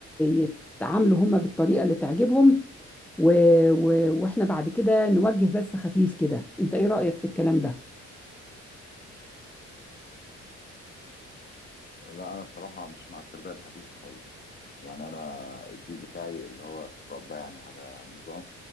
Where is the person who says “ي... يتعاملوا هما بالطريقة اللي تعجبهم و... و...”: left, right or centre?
Centre